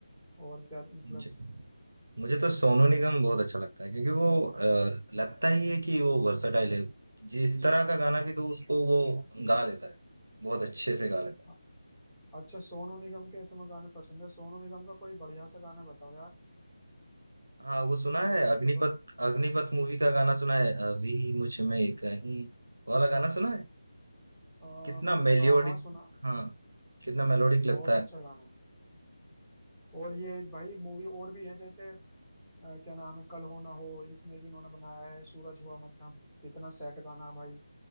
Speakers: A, in the centre; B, on the right.
A: और क्या मतलब
B: मुझे मुझे तो सोनू निगम बहुत अच्छा लगता है क्योंकि वो अ, लगता ही है कि वो वर्सटाइल है जिस तरह का गाना भी तो उसको वो गा लेता है बहुत अच्छे से गा लेता है
A: अ- अच्छा सोनू निगम के तुम्हें गाने पसंद है सोनू निगम का कोई बढ़िया सा गाना बताओ यार
B: हाँ वो सुना है
A: कोई मतलब
B: अग्निपथ अग्निपथ मूवी का गाना सुना है अभी मुझ में कहीं वाला गाना सुना है
A: अ,
B: कितना
A: अभी
B: मेलोडिक
A: हाँ हाँ सुना
B: हाँ कितना मेलोडिक लगता
A: बहुत अच्छा
B: है
A: गाना है और ये भाई मूवी और भी है जैसे अ, क्या नाम है कल हो ना हो इसमें भी इन्होंने बनाया है सूरज हुआ मध्यम कितना सेट गाना है भाई